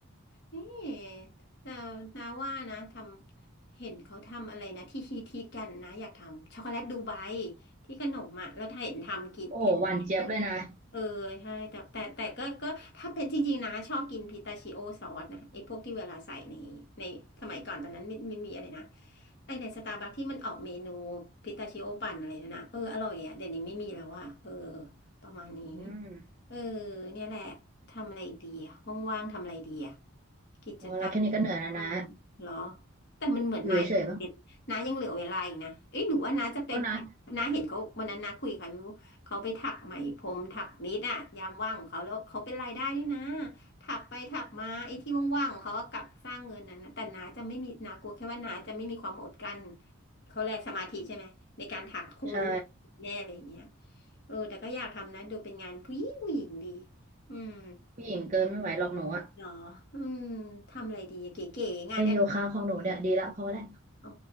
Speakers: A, on the left; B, on the right.
A: นี่แต่นาว่านะ ทำ เห็นเขาทำอะไรนะ ที่ฮิตฮิตกันนะ อยากทำ ช็อกโกแลตดูไบที่ขนมอ่ะแล้วถ้าเห็นทำกินเห็นเห็น
B: โอ้โหหวานเจี๊ยบเลยนะ
A: เออใช่แต่แต่แต่ก็ก็ถ้าเป็นจริงๆนะชอบกินพิตาชิโอซอสนะไอ้พวกที่เวลาใส่ในในสมัยก่อนตอนนั้นมันมันมีอะไรนะไอ้ในสตาร์บัคที่มันออกเมนูพิตาชิโอปั่นอะไรนั่นนะเอออร่อยอ่ะเดี๋ยวนี้ไม่มีแล้วอ่ะเออประมาณนี้
B: อืม
A: เออเนี่ยแหละทำอะไรอีกดีอะห้องว่างๆทำอะไรดีอะกิจกร
B: พอแล้วแค่นี้ก็เหนื่อยแล้วนะ
A: อ่าเหรอแต่มันเหมือนน้ายังเป็นน้ายังเหลือเวลาอีกนะเอ้ยหรือว่าน้าจะเป็นเป็นน้าเห็นเขาวันนั้นน้าคุยกับใครไม่รู้เขาไปถักไหมพรมถักนิดอะยามว่างของเขาแล้วเขาเป็นรายได้ด้วยนะ
B: อยู่เฉยๆบ้างก็นะ
A: ถักไปถักมาไอ้ที่ว่างๆของเขาก็กลับสร้างเงินนั้นนะแต่น้าจะไม่มีน้ากลัวแค่ว่าน้าจะไม่มีความอดกลั้นเขาแลกสมาธิใช่ไหมในการถักคงรู้อแน่เลยอย่างเงี้ย
B: ใช่
A: เออแต่ก็อยากทำนะดูเป็นงานผู้หญิงผู้หญิงดีอืม
B: ผู้หญิงเกินไม่ไหวหรอกหนูอะ
A: เหรออืมทำอะไรดีเก๋ๆงานอดิ
B: เล่นโยคะของหนูเนี่ยดีละพอแล้ว
A: เรกอ๋อ